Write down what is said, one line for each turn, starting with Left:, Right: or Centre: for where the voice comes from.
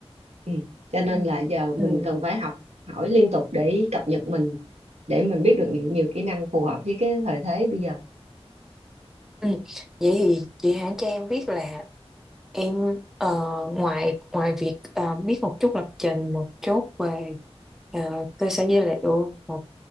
Right: ừ. cho nên
Centre: Ừ.
Right: là giờ mình
Centre: Ừ.
Right: cần phải học hỏi liên tục để cập nhật mình để mình biết được nhiều, nhiều kỹ năng phù hợp với cái thời thế bây giờ
Centre: Ừ. Vậy thì chị hãng cho em biết là em ờ, ngoài ngoài việc ờ, biết một chút lập trình một chút về ờ, cơ sở dữ liệu một